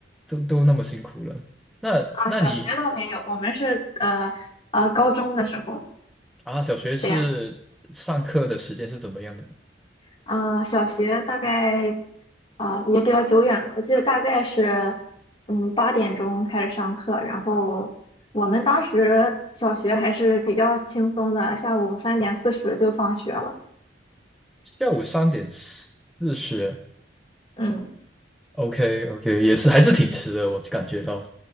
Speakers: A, in the centre; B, on the left (about 30°).
A: 都都那么辛苦了，那那你
B: 啊，小学倒没有，我们是呃呃高中的时候
A: 啊，小学是上课的时间是怎么样的呢？
B: 这样。啊、呃小学大概啊、也比较久远了，我记得大概是嗯八点钟开始上课，然后我们当时小学还是比较轻松的，下午三点四十就放学了。
A: 下午三点四十
B: 嗯
A: ，OK OK，也是还是挺迟的，我感觉到。